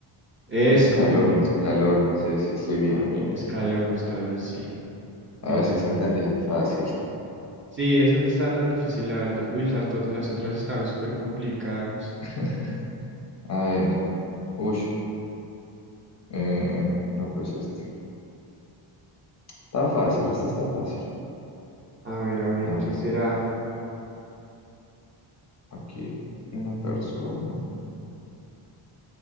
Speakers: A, on the right; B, on the left.
A: Eso,
B: Escalón,
A: muy bien.
B: escalón. Sí, sí, sí, bien, bien,
A: Escalón,
B: bien, bien.
A: escalón, sí.
B: A
A: Bien
B: ver si
A: ahí,
B: se entendía.
A: bien ahí.
B: Fácil.
A: Sí, esa no estaba tan difícil, la verdad. Uy, las, to- las otras estaban súper complicadas.
B: <laughs> A ver. Uy. eh, no, pues este. Está fácil, este está fácil.
A: A ver, a ver,
B: A
A: ¿qué
B: ver,
A: será?
B: aquí una persona.